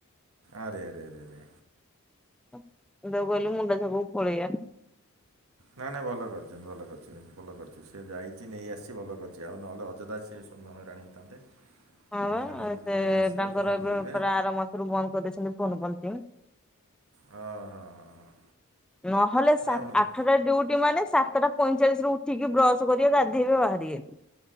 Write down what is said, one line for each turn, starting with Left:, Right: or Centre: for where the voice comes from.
Right: ଆରେ, ଆରେ, ଆରେ, ଆରେ।
Centre: ମୁଁ ତାଙ୍କୁ କହିଲି ମୁଣ୍ଡା ଛକ କୁ ପଳେଇଆ।
Right: ନା ନା ଭଲ କରିଛନ୍ତି, ଭଲ କରିଛି ଯେ, ଭଲ କରିଛି ସିଏ ଯାଇଛି ନେଇଆସିଛି ଭଲ କରିଛି ଆଉ ନହେଲେ ଅଯଥା ସେ ତୋମେ ହଇରାଣ ହେଇଥାନ୍ତେ।
Centre: ହଁ ବା
Right: ହଇରାଣ
Centre: ଅ,
Right: ହେଇକି
Centre: ସେ
Right: ପୁଣି ଆସିବେ
Centre: ତାଙ୍କର
Right: ପୁଣି
Centre: ଏବେ
Right: ଯିବେ
Centre: ପୁରା ଆର ମାସରୁ ବନ୍ଦ କରିଦେଇଛନ୍ତି ଫୋନ୍ ପଞ୍ଚିଙ୍ଗ।
Right: ହଁ, ହଁ, ହଁ, ହଁ।
Centre: ନହେଲେ ସା,
Right: ନାଇଁ ଭଲ
Centre: ଆଠଟା ଡିଉଟି ମାନେ ସା ସାତଟା ପଇଁଚାଳିଶ ରୁ ଉଠିକି ବ୍ରଶ୍ କରିବେ ଗାଧେଇବେ ବାହାରିବେ।